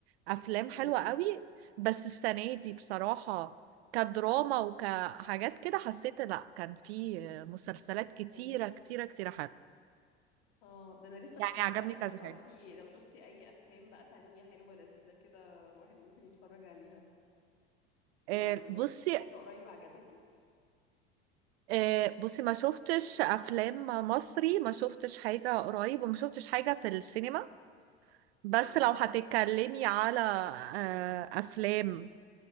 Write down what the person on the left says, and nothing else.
امم
أمم.
كان في
اه ده انا لسه
كنت هسألك
لو تعرفي
لو شفتي اي افلام بقى تانية حلوة لذيذة كده الواحد ممكن يتفرج عليها
ما ما
شفتيش حاجة قريب عجبتك
اه